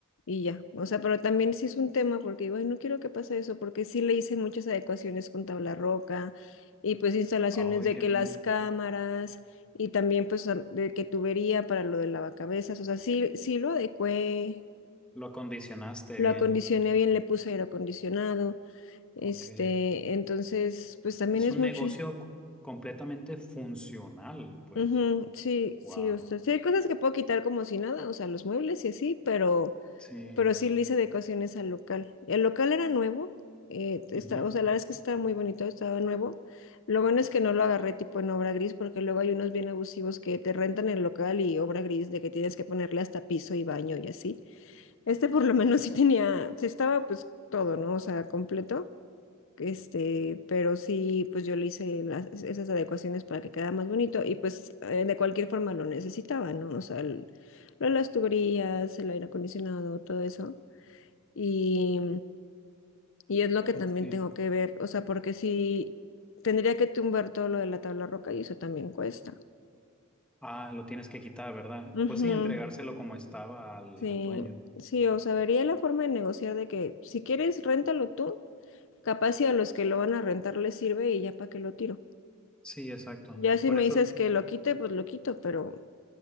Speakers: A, on the left (about 65°); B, in the centre.
A: y ya. O sea, pero también sí es un tema porque digo, "Ay, no quiero que pase eso, porque sí le hice muchas adecuaciones con tabla roca y pues instalaciones
B: Ay,
A: de
B: qué
A: que
B: bien.
A: las cámaras y también pues am- de que tubería para lo del lavacabezas, o sea, sí, sí lo adecué
B: Lo acondicionaste
A: lo
B: bien.
A: acondicioné bien, le puse aire acondicionado. Este,
B: Ok.
A: entonces, pues también
B: Es
A: es
B: un
A: mucho.
B: negocio c- completamente funcional, pues.
A: Ujú, sí,
B: Wow.
A: sí, o sea, sí hay cosas que puedo quitar como si nada, o sea, los muebles y así, pero,
B: Sí.
A: pero sí le hice adecuaciones al local. El local era nuevo, eh, está,
B: Ujú.
A: o sea, la verdad es que estaba muy bonito, estaba nuevo. Lo bueno es que no lo agarré tipo en obra gris, porque luego hay unos bien abusivos que te rentan el local y obra gris de que tienes que ponerle hasta piso y baño y así. Este por lo menos sí tenía, sí estaba pues todo, ¿no? O sea, completo. Este, pero sí, pues yo le hice las- esas adecuaciones para que quedara más bonito y pues eh, de cualquier forma lo necesitaba, ¿no? O sea, el- lo de las tuberías, el aire acondicionado, todo eso. Y, y es lo que también
B: Sí.
A: tengo que ver, o sea, porque sí, tendría que tumbar todo lo de la tabla roca y eso también cuesta.
B: Ah, lo tienes que quitar, ¿verdad?
A: Ujú,
B: Pues sí, entregárselo como estaba al,
A: Sí,
B: al dueño.
A: sí, o sea, vería la forma de negociar de que si quieres, réntalo tú, capaz si a los que lo van a rentar les sirve y ya para que lo tiro.
B: Sí, exacto.
A: Ya si
B: Por
A: me
B: eso,
A: dices que lo quite, pues lo quito, pero...